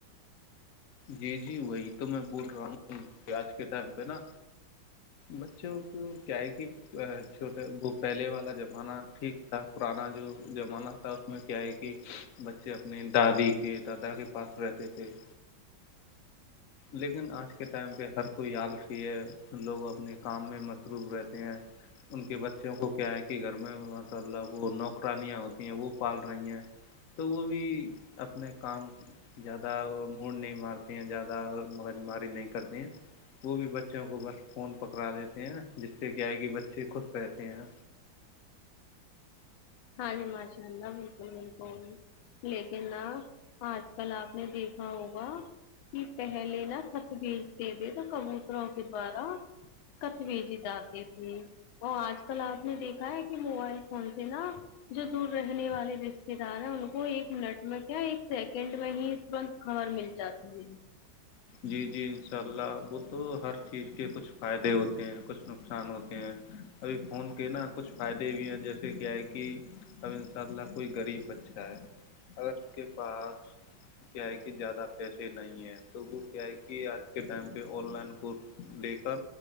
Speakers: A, on the left (about 65°); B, on the left (about 80°).
A: جی جی وہی تو میں بول رہا ہوں پ آج کے ٹائم پہ نا بچوں کو کیا ہے کہ چھوٹا وہ پہلے والا زمانہ ٹھیک تھا پرانا جو زمانہ تھا اس میں کیا ہے کہ بچے اپنے دادی کے دادا کے پاس رہتے تے تھ لیکن آج کے ٹائم پہ ہر کوئی یادکھی ہے لوگ اپنے کام میں مصروف رہتے ہیں ان کے بچوں کو کیا ہے کہ گھر میں ماساء اللہ وہ نوکرانیاں ہوتی ہیں وہ پال رہی ہیں تو وہ بھی اپنے کام زیادہ موڈ نہیں مارتی ہیں زیادہ مغز ماری نہیں کرتی ہیں وہ بھی بچوں کو بس فون پکڑا دیتے ہیں جس سے کیا ہے کہ بچے خوش رہتے ہیں
B: ہاں جماشانلہ بالکل بالکل لیکن ن آج کل آپ نے دیکھا ہوگا کہ پہلے نہا تھت بیجتے تھے تو کبوتروں کے دوارا کچویجی جاتے تھے اور آج کل آپ نے دیکھا ہے کہ موبائل فون سے نا جو دور رہنے والے رشتے دار ہیں ان کو ایک منٹ میں کیا ایک سیکنڈ میں ہی است خر مل جاتی ہے
A: جی جی ان شاء اللہ وہ تو ہر چیز کے کچھ فائدے ہوتے ہیں کچھ نقصان ہوتے ہیں ابھی فون کے نا کچھ فائدے بھی ہیں جیسے کیا ہے کہ اب ان شاء اللہ کوئی غریب بچہ ہے اگر کے پاس کیا ہے کہ زیادہ پیسے نہیں ہیں تو وہ کیا ہے کہ آج کے ٹائم پہ آن لائن کور بےیکار